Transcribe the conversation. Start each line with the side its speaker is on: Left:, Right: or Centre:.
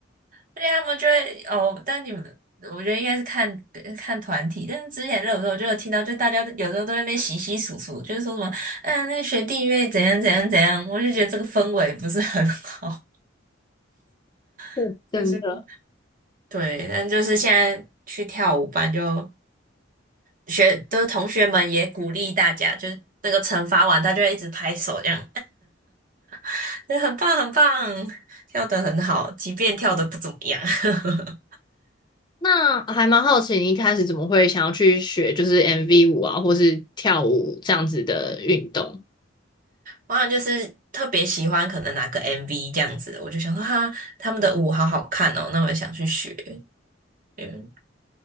Right: 对啊，他们就会哦，但你们我觉得应该是看看团体，但是之前热舞的时候我就有听到，就大家有时候都在那边洗洗簌簌，就是说什么，嗯，那个学弟妹怎样怎样怎样，我就觉得这个氛围不是很好，
Left: <laughs> 嗯真的。
Right: <laughs> 就是对，但就是现在去跳舞班就学，就是同学们也鼓励大家，就是那个惩罚完，他就会一直拍手这样，<laughs> 就很棒很棒，跳得很好，即便跳得不怎么样。<laughs>
Left: 那还蛮好奇，你一开始怎么会想要去学就是 MV 舞啊，或是跳舞这样子的运动？
Right: 我好像就是特别喜欢可能哪个 MV 这样子，我就想说哈，他们的舞好好看哦，那我也想去学。嗯